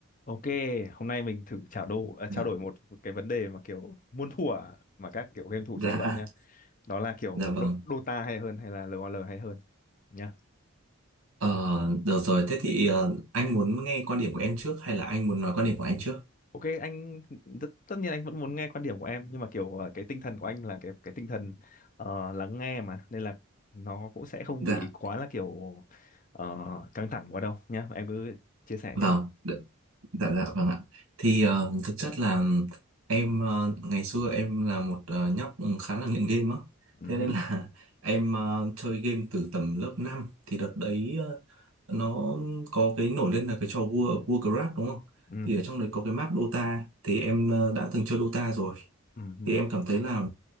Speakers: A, on the left; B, on the right.
A: Ok, hôm nay mình thử trao đổi à, trao
B: Dạ,
A: đổi một, một cái vấn đề mà kiểu muôn thuở mà các kiểu game thủ
B: dạ
A: tranh luận nhá. Đó là kiểu
B: dạ vâng.
A: Do- Dota hay hơn hay là LOL hay hơn nhá.
B: Ờ, được rồi, thế thì ờ, anh muốn nghe quan điểm của em trước hay là anh muốn nói quan điểm của anh trước?
A: Ok, anh tất, tất nhiên anh vẫn muốn nghe quan điểm của em nhưng mà kiểu à, cái tinh thần của anh là cái cái tinh thần ờ, lắng nghe mà nên là nó cũng sẽ không
B: Dạ,
A: bị quá là kiểu ờ, căng thẳng quá đâu nhá. Em cứ chia sẻ
B: vâng,
A: nhá.
B: đ- dạ dạ vâng ạ. Thì ờ, thực chất là em ờ, ngày xưa em là một ờ, nhóc khá là nghiện game á.
A: Ừ,
B: Thế nên là <laughs> em ờ, chơi game từ tầm lớp 5 thì đợt đấy ờ, nó có cái nổi lên là cái trò World of Warcraft đúng không?
A: ừ,
B: Thì ở trong đấy có cái map Dota thì em ờ, đã từng chơi Dota rồi.
A: ừ, ừ,
B: Thì em cảm thấy là